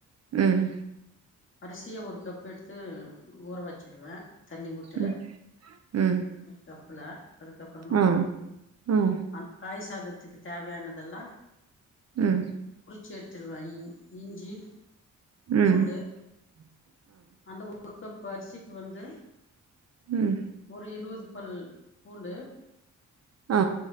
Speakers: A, on the right (about 50°); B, on the left (about 40°).
A: ம்
B: அரிசிய ஒரு கப் எடுத்து ஊற வச்சிடுவே தண்ணி வுட்டு
A: ம் ம்
B: அதுக்கப் குல அதுக்கப்புறமா
A: ஆ ஆ
B: அந்த காய்ஸ் சாதத்துக்கு தேவையானதெல்லா
A: ம்
B: சேர்த்துடுவ இஞ்சி
A: ம்
B: பூண்டு
A: உம்
B: அந்த ஊருக்கு வரிசிக்கு வந்து
A: ம்.
B: ஒரு இருவது பல் பூண்டு
A: ஆ